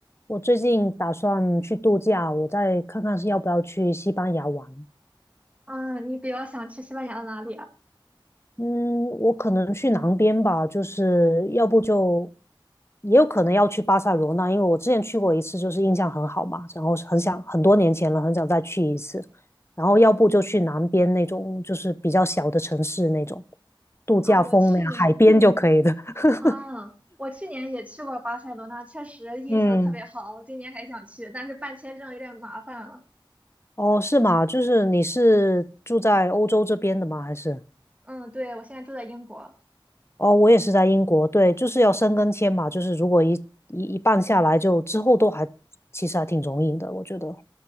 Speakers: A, on the left (about 30°); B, on the right (about 15°).
A: 我最近打算去度假，我再看看是要不要去西班牙玩。
B: 嗯，你比较想去西班牙的哪里啊？
A: 嗯，我可能去南边吧，就是要不就也有可能要去巴塞罗那，因为我之前去过一次，就是印象很好嘛，然后很想很多年前了，很想再去一次。然后要不就去南边那种，就是比较小的城市那种度假风那样，
B: 啊，我去年，
A: 海边就可以的。<laughs>
B: 嗯，我去年也去过巴塞罗那，确实印象特别好。
A: 嗯，
B: 我今年还想去，但是办签证有点麻烦了。
A: 哦，是吗？就是你是住在欧洲这边的吗？还是？
B: 嗯，对，我现在住在英国，
A: 哦，我也是在英国，对，就是要申根签嘛，就是如果一一一半下来就，之后都还其实还挺容易的，我觉得。